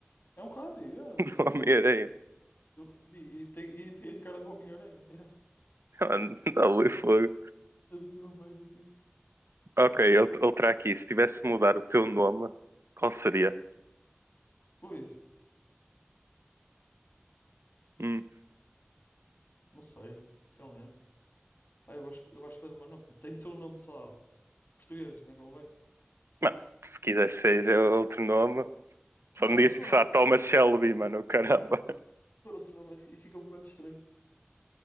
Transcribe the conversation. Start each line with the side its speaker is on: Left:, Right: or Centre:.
Left: É um rádio, yeah.
Right: <laughs>
Left: Eu,
Right: Não Homem-Aranha.
Left: eu recebi. E tem, e tem a cara do Homem-Aranha. Yeah.
Right: Mano, dá ali fogo.
Left: <laughs> Tudo Mais assim.
Right: Ok, ele outra aqui. Se tivesse de mudar o teu nome, qual seria?
Left: Ui,
Right: Hum.
Left: não sei. Realmente. Pá, eu gosto, eu gosto bem do meu nome. Tem de ser um nome, sei lá, português, não é?
Right: Mano, se quiseres seja outro nome, Só
Left: Não,
Right: me digas
Left: se
Right: tipo,
Left: for
Right: sei
Left: outro,
Right: lá, Thomas Shelby, mano, caramba.
Left: se for outro nome e fica um bocado estranho.